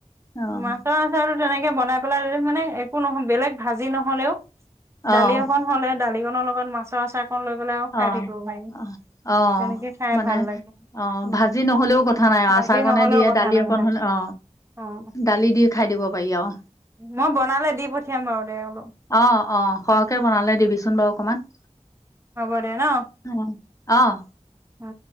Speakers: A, on the left; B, on the right.
A: অ',
B: মাছৰ আাছৰটো তেনেকে বনাই পেলাই মানে একো নহয় বেলেগ ভাজি নহ'লেও
A: অ',
B: দালি অকন হ'লে দালিকনৰ লগত মাছৰ আছাৰ লৈ গলে আৰু খাই
A: অ',
B: থাকিব পাৰি
A: অ', অ',
B: তেনেকে খাই
A: মানে
B: ভাল লাগে।
A: অ
B: উম,
A: ভাজি নহলেও কথা নাই
B: ভাজি
A: আচাৰ অকণনে
B: নহ'লেও
A: দিয়ে
B: কথা
A: দালি
B: নাই
A: অকন হলে অ
B: অ'
A: দালি দি খাই দিব পাৰি আৰু
B: মই বনালে দি পঠিয়াম বাৰু দে অলপ
A: অ অ সহকে বনালে দিবিচোন বাৰু অকমান
B: হ'ব দে ন উ
A: অ', অ'।
B: অ